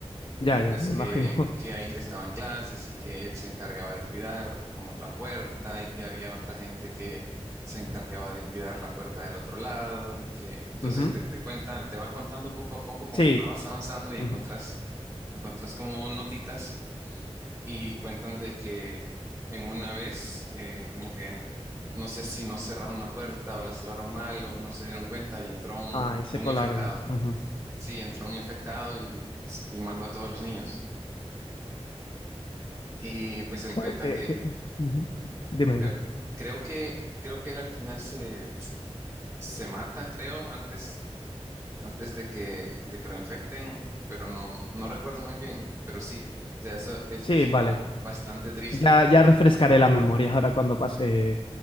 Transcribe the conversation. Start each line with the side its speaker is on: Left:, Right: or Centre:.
Left: Ya,
Right: Y pues
Left: ya, me
Right: que,
Left: imagino. <laughs>
Right: que ahí les daban clases y que él se encargaba de cuidar como la puerta y que había otra gente que se encargaba de cuidar la puerta del otro lado y que entonces
Left: Ujú,
Right: te, te cuentan, te van contando poco a poco conforme
Left: Sí.
Right: vas avanzando y
Left: ujú.
Right: encontrás, encontrás como notitas y cuentan de que en una vez eh, como que no sé si no cerraron la puerta o la cerraron mal o no se dieron cuenta y entró un,
Left: Ah, y se
Right: un
Left: colaron.
Right: infectado.
Left: Ujú.
Right: Sí, entró un infectado y y mató a todos los niños. Y pues él
Left: Joder,
Right: cuenta
Left: que,
Right: que
Left: que-
Right: que
Left: ujú. Dime,
Right: creo,
Left: dime.
Right: creo que creo que él al final se, se mata, creo, antes, antes de que, de que lo infecten, pero no, no recuerdo muy bien, pero sí, o sea, eso es,
Left: Sí,
Right: es como
Left: vale.
Right: bastante triste,
Left: Ya,
Right: pues.
Left: ya
Right: ¿entendés?
Left: refrescaré la memoria ahora cuando pase